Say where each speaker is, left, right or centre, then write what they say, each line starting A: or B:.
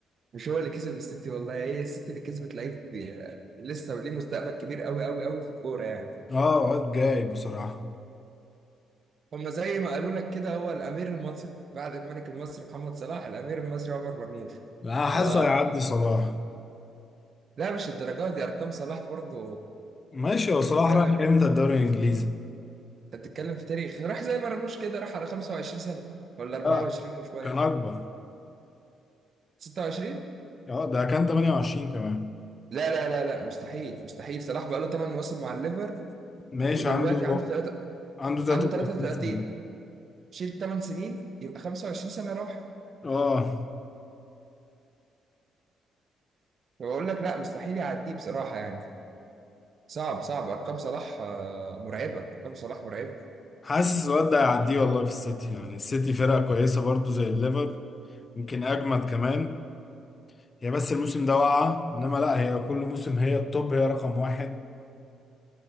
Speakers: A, on the right; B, on the left.
A: مش هو اللي كسب السيتي والله هي السيتي اللي كسبت لعيب بي- لسه وليه مستقبل كبير قوي قوي قوي في الكوره يعني
B: اه واد جاي بصراحه
A: هما زي ما قالوا لك كده هو الامير المصري بعد الملك المصري محمد صلاح الامير المصري عمر مرموش
B: انا حاسه
A: و
B: هيعدي صلاح
A: لا مش الدرجات دي ارقام صلاح برضه
B: ماشي هو صلاح
A: بنتكلم
B: راح امتى الدوري الانجليزي؟
A: انت بتتكلم في تاريخ راح زي مرموش كده راح على 25 سنه ولا 24
B: لا
A: وشويه
B: كان اكبر
A: 26
B: اه ده كان 28 كمان
A: لا لا لا لا مستحيل مستحيل صلاح بقى له 8 مواسم مع الليفر
B: ماشي
A: ودلوقتي
B: عنده
A: عنده 3
B: عنده 33
A: عنده 33
B: سنه
A: شيل 8 سنين يبقى 25 سنه راح
B: اه
A: فبقول لك لا مستحيل يعديه بصراحه يعني صعب صعب ارقام صلاح آه، مرعبه ارقام صلاح مرعبه
B: حاسس الواد ده هيعديه والله في السيتي يعني السيتي فرقه كويسه برضه زي الليفر يمكن اجمد كمان هي بس الموسم ده واقعة انما لا هي كل موسم هي التوب هي رقم واحد